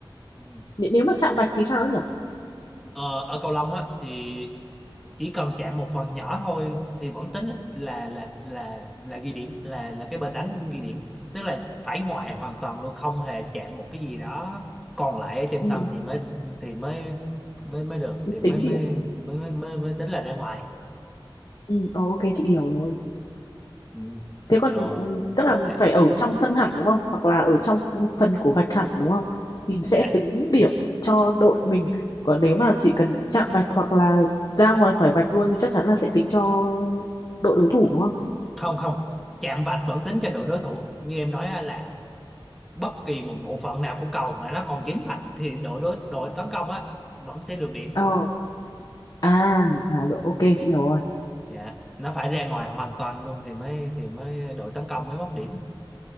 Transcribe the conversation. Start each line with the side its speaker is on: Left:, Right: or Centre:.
Centre: Ừ.
Left: N nếu mà chạm vạch thì sao ấy nhỉ
Centre: ờ, ở cầu lông á thì chỉ cần chạm một phần nhỏ thôi thì vẫn tính là là là là, là ghi điểm là là cái bên đánh ghi điểm tức là phải ngoài hoàn toàn luôn không hề chạm một cái gì đó còn lại ở trên
Left: ừ,
Centre: sân thì mới thì mới mới mới được thì mới
Left: tính
Centre: mới
Left: điểm
Centre: mới mới, mới, mới tính là ra ngoài
Left: ừ, ờ, ok chị hiểu rồi
Centre: ừ.
Left: thế còn
Centre: rồi
Left: ừ, tức là
Centre: dạ
Left: phải ở trong sân hẳn đúng không hoặc là ở trong phần của vạch hẳn đúng không thì sẽ
Centre: dạ
Left: tính điểm cho đội mình còn nếu mà chỉ cần chạm vạch hoặc là ra ngoài khỏi vạch luôn thì chắc chắn là sẽ tính cho đội đối thủ đúng không
Centre: không không chạm vạch vẫn tính cho đội đối thủ như em nói á, là bất kỳ một bộ phận nào của cầu mà nó còn dính vạch thì đội đối đội tấn công á vẫn sẽ được điểm
Left: ờ à, à rồi ok chị hiểu rồi
Centre: dạ nó phải ra ngoài hoàn toàn luôn thì mới thì mới đội tấn công mới mất điểm